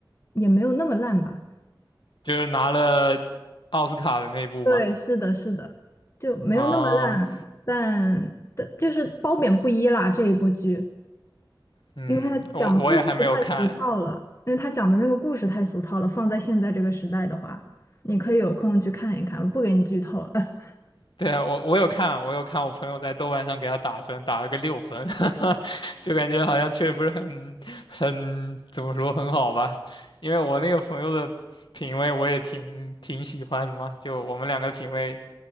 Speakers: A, on the left (about 35°); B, on the left (about 75°).
A: 也没有那么烂吧。
B: 就是拿了奥斯卡的那部嘛。
A: 对，是的，是的，就没有那么烂，
B: 啊，
A: 但但就是褒贬不一啦。这一部剧，
B: 嗯，
A: 因为他讲的故事太俗套了，
B: 我我也还没有看，
A: 因为他讲的那个故事太俗套了，放在现在这个时代的话，你可以有空去看一看，不给你剧透了，<laughs>
B: 对啊，我我有看，我有看我朋友在豆瓣上给他打分，打了个六分，<laughs> 就感觉好像确实不是很很怎么说很好吧，因为我那个朋友的品味我也挺挺喜欢的嘛，就我们两个品味